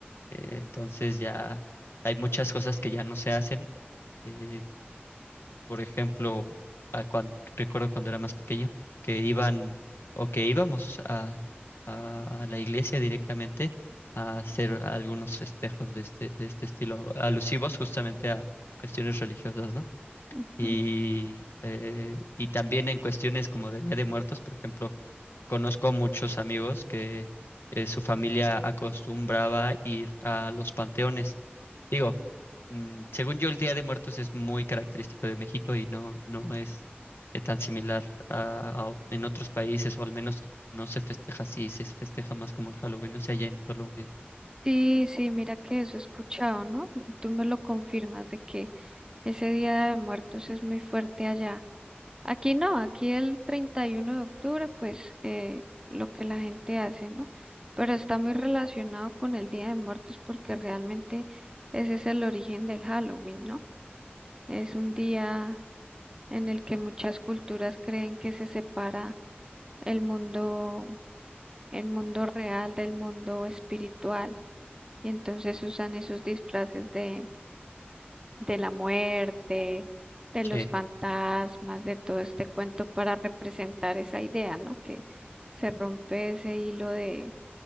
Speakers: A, on the left; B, on the right.
A: eh, entonces ya hay muchas cosas que ya no se hacen. Eh, por ejemplo, a cuan- recuerdo cuando era más pequeño que iban o que íbamos a, a- a la iglesia directamente a hacer algunos festejos de este, de este estilo, alusivos justamente a cuestiones religiosas, ¿no?
B: Ujú.
A: Y, eh, y también en cuestiones como de Día de Muertos, por ejemplo, conozco a muchos amigos que eh, su familia acostumbraba ir a los panteones. Digo, mm, según yo, el Día de Muertos es muy característico de México y no, no es eh, tan similar a, a ot- en otros países, o al menos no se festeja así, se festeja más como el Halloween, no sé, allá en Colombia.
B: Sí, sí, mira que eso he escuchado, ¿no? Tú me lo confirmas de que ese Día de Muertos es muy fuerte allá. Aquí no, aquí el 31 de octubre, pues eh, lo que la gente hace, ¿no? Pero está muy relacionado con el Día de Muertos porque realmente ese es el origen del Halloween, ¿no? Es un día en el que muchas culturas creen que se separa el mundo, el mundo real del mundo espiritual y entonces usan esos disfraces de de la muerte, de
A: Sí,
B: los fantasmas, de todo este cuento para representar esa idea, ¿no? Que se rompe ese hilo de,